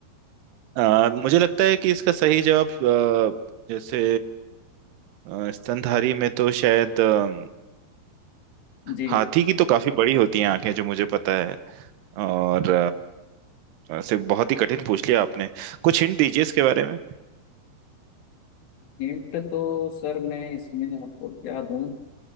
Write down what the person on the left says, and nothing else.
जी
हिंट तो सर मैं इसमें आपको क्या दूं